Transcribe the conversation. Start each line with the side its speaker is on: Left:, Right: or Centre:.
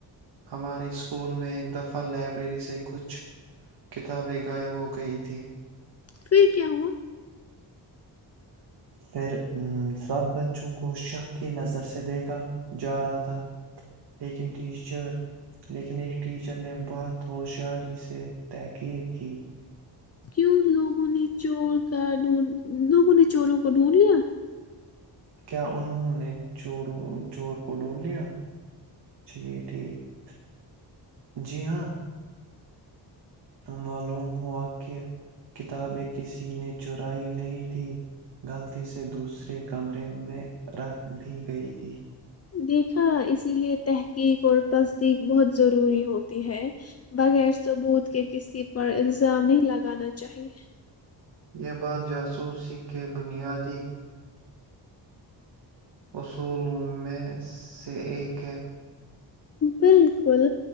Right: ہمارے اسکول میں ایک دفعہ لائبریری سے کچھ کتابیں غائب ہو گئی تھی
Left: پھر کیا ہوا
Right: پھر امم سب بچوں کو شک کی نظر سے دیکھا جا رہا تھا لیکن ٹیچر لیکن ایک ٹیچر نے بہت ہوشیاری سے تحقیق کی
Left: کیوں لوگوں نے چور کا ڈھونڈ لوگوں نے چوروں کو ڈھونڈ لیا
Right: کیا انہوں نے چ چور کو ڈھونڈ لیا چلیے ٹھیک جی ہاں معلوم ہوا کہ کتابیں کسی نے چرائی نہیں تھی غلطی سے دوسرے کمرے میں رکھ دی گئی تھی
Left: دیکھا اسی لیے تحقیق اور تصدیق بہت ضروری ہوتی ہے بغیر ثبوت کے کسی پر الزام نہیں لگانا چاہیے
Right: یہ بات جاسوس ہی کہ بنیادی اصولوں میں سے ایک ہے
Left: بالکل